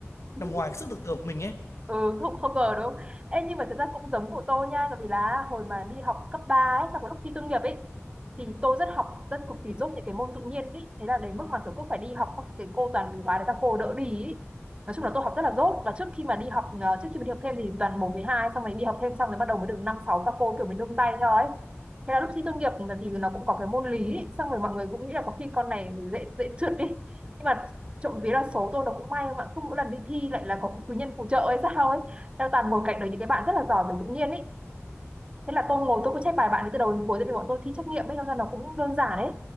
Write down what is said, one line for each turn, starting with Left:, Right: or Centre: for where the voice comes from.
Right: <laughs>
Left: nằm ngoài cái sức tưởng tượng của mình ấy
Right: ừ không không ngờ đúng không em nhưng mà thật ra cũng giống của tôi nha tại vì là hồi mà đi học cấp 3 ấy sau cái lúc thi tốt nghiệp ấy thì tôi rất học rất cực kỳ dốt những cái môn tự nhiên ấy thế là đến mức mà kiểu cứ phải đi học các cái cô toàn mình bài để các cô đỡ đi ấy. nói chung là tôi học rất là dốt và trước khi mà đi học ờ, trước khi mà đi học thêm thì toàn một với hai xong rồi đi học thêm xong rồi bắt đầu mới được năm sáu các cô kiểu mình nương tay theo ấy thế là lúc thi tốt nghiệp thì nó cũng có cái môn lý ấy. xong rồi mọi người cũng nghĩ là có khi con này dễ dễ trượt đi nhưng mà trộm vía là số tôi nó cũng may mà cứ mỗi lần đi thi lại là có quý nhân phù trợ ấy sao ấy đang toàn ngồi cạnh đấy những cái bạn rất là giỏi và tự nhiên ấy thế là tôi ngồi tôi cứ check bài bạn ấy từ đầu đến cuối tại vì bọn tôi thi trắc nghiệm ấy đâm ra nó cũng đơn giản đấy